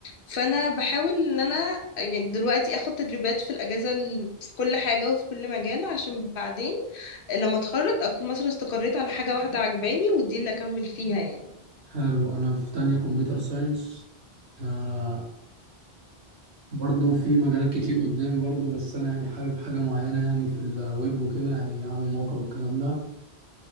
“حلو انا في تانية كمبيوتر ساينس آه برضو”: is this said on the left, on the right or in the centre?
Right